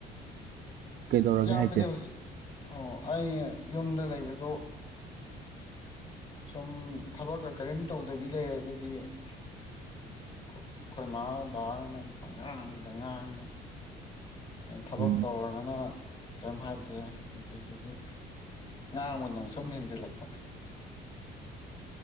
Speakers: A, on the right; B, on the left.
A: ꯀꯩꯗꯧꯔꯒꯦ
B: ꯌꯥꯝꯕꯗꯤ
A: ꯍꯥꯏꯁꯦ
B: ꯍꯧꯖꯤꯛ ꯑꯣ ꯑꯩ ꯌꯨꯝꯗ ꯂꯩꯕꯗ ꯁꯨꯝ ꯊꯕꯛꯀ ꯀꯔꯤꯝ ꯇꯧꯗꯕꯤ ꯂꯩꯔꯒꯗꯤ ꯑꯩꯈꯣꯏ ꯏꯃꯥ ꯕꯥꯅꯉꯥꯡꯗ ꯉꯥꯡꯉꯦ ꯑꯩ ꯊꯕꯛ
A: ꯎꯝ
B: ꯇꯧꯔꯒꯅ ꯀꯩꯝ ꯍꯥꯏꯗꯦ ꯑꯗꯨꯗꯨꯒꯤ ꯉꯥꯡꯕ ꯅꯪ ꯁꯨꯝ ꯍꯦꯟꯖꯤꯜꯂꯛꯄ